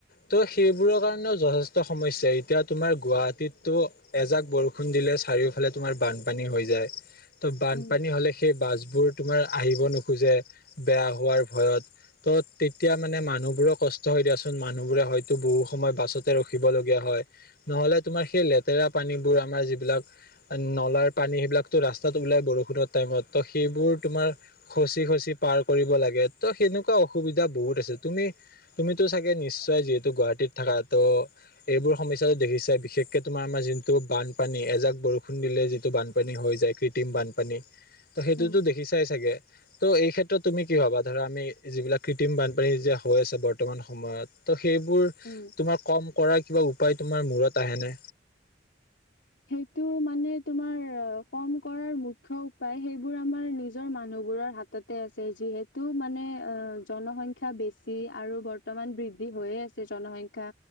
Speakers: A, on the left; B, on the left.
A: ত' সেইবোৰৰ কাৰনেও যথেষ্ট সমস্যা। এতিয়া তোমাৰ গুৱাহাটীতটো এজাক বৰষুণ দিলে - চাৰিওফালে তোমাৰ বানপানী হৈ যায়, ত বানপানী
B: উম।
A: হলে সেই বাছ - বোৰ তোমাৰ আহিব নোখোজে বেয়া হোৱাৰ ভয়ত। ত' তেতিয়া মানে মানুহবোৰৰে কষ্ট হয় দিয়াচোন, মানুহ বোৰে হয়তো বহু সময় বাছতে ৰখিব লগগীয়া হয়। নহলে তোমাৰ সেই লেতেৰা পানীবোৰ, আমাৰ যিবিলাক নলাৰ পানী সেইবিলাকো ৰাস্তাত- ওলাই বৰষুণৰ টাইমত ত, সেইবোৰ তোমাৰ খচি খচি পাৰ কৰিব লাগে। ত সেনেকুৱা অসুবিধা বহুত আছে। তুমি তুমিতো চাগে নিশ্চয় যিহেতু গুৱাহাটীত থাকা, ত' এইবোৰ সমস্যাটো দেখিছা। বিশেষকে তোমাৰ আমাৰ আমাৰ যোনটো বানপানী এজাক বৰষুণ দিলে যিটো বানপানী হৈ যায় কৃত্ৰিম বানপানী, ত সেইটোতো
B: উম।
A: দেখি চাই চাগে? ত' এই ক্ষেত্ৰত তুমি কি ভাবা? ধৰা আমি যিবিলাক কৃত্ৰিম বানপানী যেতিয়া হৈ আছে বৰ্তমান সময়ত ত' সেই -
B: উম।
A: তোমাৰ কম কৰাৰ কিবা উপায় তোমাৰ মূৰত আহেনে?
B: সেইটো মানে তোমাৰ কম কৰাৰ মুখ্য উপায় সেইবোৰ আমাৰ নিজৰ মানুহ - তে আ যিহেতু মানে জনসংখ্যা বেছি আৰু বৰ্তমান ব- হৈয়ে আছে জনসংখ্যা।